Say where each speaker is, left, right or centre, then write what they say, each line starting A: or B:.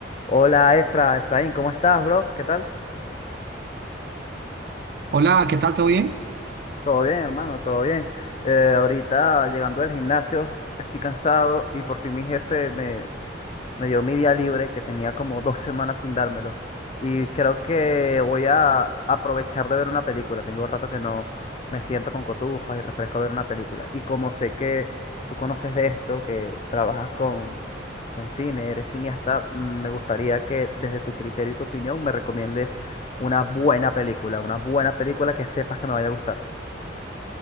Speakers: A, on the left; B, on the right.
A: Hola Efra, Efraín, ¿cómo estás, bro? ¿Qué tal?
B: Hola, ¿qué tal? ¿Todo bien?
A: Todo bien, hermano, todo bien. Eh, ahorita llegando del gimnasio, estoy cansado y por fin mi jefe me, me dio mi día libre que tenía como dos semanas sin dármelo. Y creo que voy a aprovechar de ver una película. Tengo rato que no me siento con cotufas y refresco a ver una película. Y como sé que tú conoces de esto, que trabajas con, con cine, eres cineasta, mm, me gustaría que desde tu criterio y tu opinión me recomiendes una buena película, una buena película que sepas que me vaya a gustar.